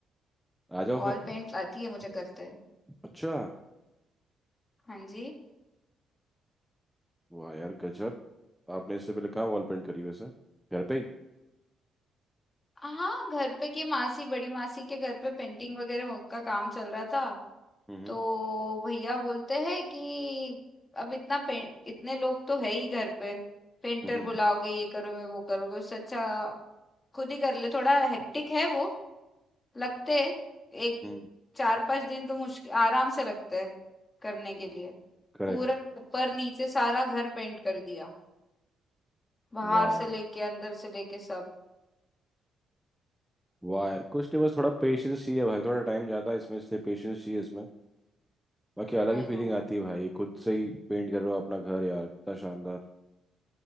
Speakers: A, in the centre; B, on the left.
A: आ
B: वॉल
A: जाओ फिर
B: पेंट आती है मुझे करते
A: अच्छा
B: हाँ जी
A: वाह यार गजब आपने इससे पहले कहाँ वॉल पेंट करी वैसे घर पे ही
B: हाँ घर पे की मासी बड़ी मासी के घर पे पेंटिंग वगैरह हो- का काम चल रहा था
A: हम्म
B: तो भैया बोलते हैं कि अब इतना पे- इतने लोग तो है ही घर पे पेंटर
A: हम्म
B: बुलाओगे ये करोगे वो करोगे उससे अच्छा खुद ही कर ले थोड़ा हेक्टिक है वो लगते हैं, एक
A: हम्म
B: चार पांच दिन तो मुश्किल आराम से लगते हैं करने के लिए
A: करेक्ट
B: पूरा ऊपर नीचे सारा घर पेंट कर दिया बाहर
A: वाह
B: से
A: यार
B: लेके अंदर से लेके सब
A: वाह यार कुछ नहीं बस थोड़ा पेशेंस चाहिए भाई थोड़ा टाइम जाता है इसमें इसलिए पेशेंस चाहिए इसमें बाकी अलग
B: I
A: ही फीलिंग
B: know
A: आती है भाई खुद से ही पेंट कर रहे हो अपना घर यार कितना शानदार